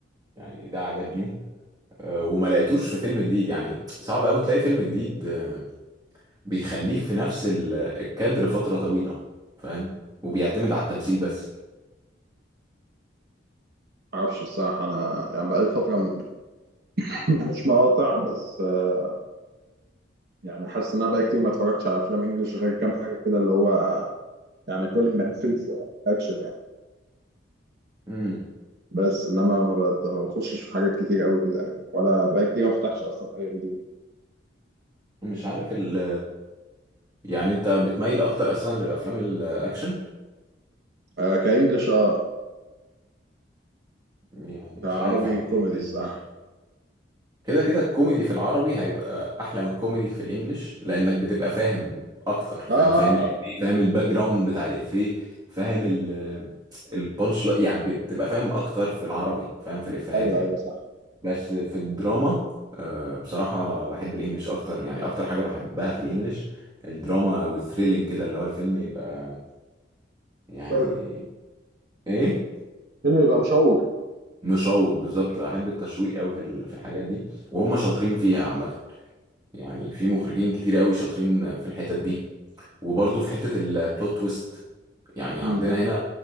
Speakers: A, on the right; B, on the right.
A: يعني ده عجبني آه، وما لقيتوش في فيلم جديد يعني صعب أوي تلاقي فيلم جديد آه، بيخليك في نفس ال- الكادر فترة طويلة فاهم وبيعتمد على التمثيل بس
B: معرفش الصراحة انا يعني بقالي فترة م- <clears throat> مش مقاطع بس آه، يعني حاسس ان انا بقالي كتير ما اتفرجتش على افلام انجلش غير كام حاجة كده اللي هو يعني كل ما يقفلش اكشن يعني
A: امم
B: بس انما ما بد- ما بخشش في حاجات كتير قوي كده يعني ولا بقالي كتير ما فتحتش اصلا اي ام دي بي
A: مش عارف ال يعني انت بتميل اكتر اساسا للافلام الاكشن
B: كانجلش اه
A: يعني مش
B: كعربي
A: عارف انا
B: كوميدي
A: بحب ال...
B: الصراحة
A: كده كده الكوميدي في العربي هيبقى احلى من الكوميدي في الانجليش لانك بتبقى فاهم اكتر فاهم
B: اه آه،
A: فاهم الافيه
B: آه،
A: فاهم الباك جراوند بتاع الافيه فاهم ال البانش لا- يعني بتبقى فاهم اكتر في العربي فاهم في الافيهات
B: ايوه
A: يعني
B: ايوه صح
A: بس في الدراما آه، بصراحة بحب الانجليش اكتر يعني اكتر حاجة بحبها في الانجليش الدراما والثريلينج كده اللي هو الفيلم يبقى يعني
B: شوق.
A: ايه
B: فيلم يبقى مشوق
A: مشوق بالظبط احب التشويق قوي في ال- في الحاجات دي وهم شاطرين فيها عامه يعني في مخرجين كتير قوي شاطرين في الحتت دي وبرضه في حته البلوت تويست يعني
B: مم.
A: عندنا هنا